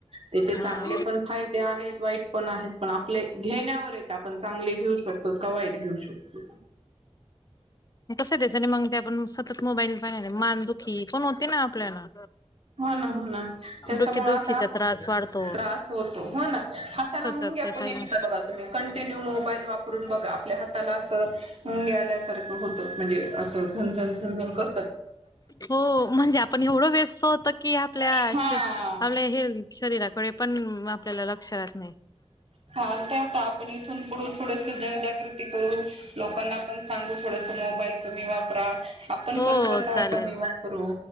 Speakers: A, on the right; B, on the left.
A: त्याचे
B: हा
A: चांगले पण फायदे आहेत वाईट पण आहेत पण आपले घेण्यावर येत आपण चांगले घेऊ शक तोत का वाईट घेऊ शकतो.
B: तस त्याच्याने मग ते आपण सतत मोबाईल पाहिल्याने मान दुखी पण होती ना आपल्याला.
A: हो ना हो ना त्याच्यामुळे
B: डोकेदुखीचा
A: आता
B: त्रास वाढतो.
A: त्रास होतो. हो ना हा ताला
B: सतत
A: मुंग्या
B: ते
A: आपण
B: पहिलं
A: येतात बघा तुम्ही कंटिन्यू मोबाईल वापरून बघा आपल्या हा ताला असं मुंग्या आल्यासारखं होत म्हणजे असं झणझण झंजण कर
B: हो म्हणजे आपण एवढं वेस्त होत कि आपल्या
A: हा
B: श आपल्या हेल्थ शरीराकडे पण आपल्याला लक्ष राहत नाय.
A: चालतय आता आपण इथून पुढ थोडस जनजागृती करू लोकांना पण सांगू थोडस मोबाईल कमी वापरा आपण
B: हो
A: पण स्वतः
B: चालेल
A: कमी वापरू.